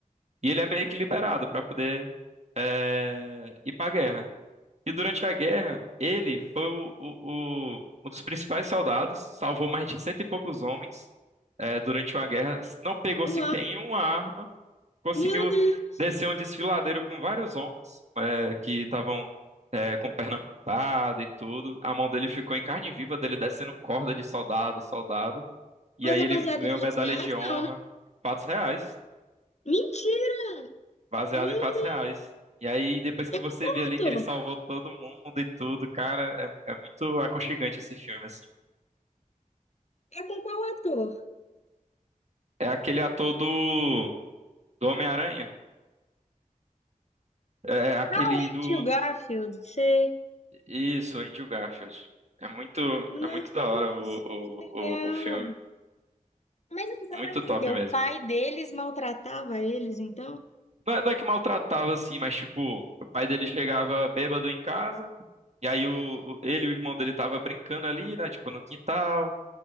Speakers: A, on the right; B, on the left.
A: E ele é meio que liberado para poder eh, ir para a guerra. E durante a guerra, ele foi o, o- o- um dos principais soldados, salvou mais de cento e poucos homens eh, durante uma guerra, não pegou
B: Uau.
A: sequer em uma arma, conseguiu
B: Meu Deus.
A: descer um desfiladeiro com vários homens eh, que estavam eh, com perna amputada e tudo. A mão dele ficou em carne viva, dele descendo corda de soldado, a soldado. E
B: Mas
A: aí
B: é
A: ele
B: baseado
A: ganhou
B: em fatos
A: medalha
B: reais?
A: de honra,
B: Não, né?
A: fatos reais
B: Mentira.
A: baseado
B: Meu
A: em fatos
B: Deus.
A: reais. E aí, depois
B: É
A: que você
B: com qual
A: vê ali que ele
B: ator?
A: salvou todo mundo e tudo, cara, é, é muito aconchegante esse filme, assim.
B: É com qual ator?
A: É aquele ator do, do Homem-Aranha. É é aquele
B: Ah, o Andrew
A: do.
B: Garfield, sei.
A: Isso, Andrew Garfield. É muito,
B: Nossa,
A: é muito da hora o,
B: que legal.
A: o, o, o filme.
B: Mas assim, só
A: Muito
B: pra entender,
A: top
B: o
A: mesmo.
B: pai deles maltratava eles, então?
A: Não é, não é que maltratava, assim, mas tipo, o pai dele chegava bêbado em casa, e aí o, o- ele e o irmão dele tava brincando ali, né? Tipo, no quintal.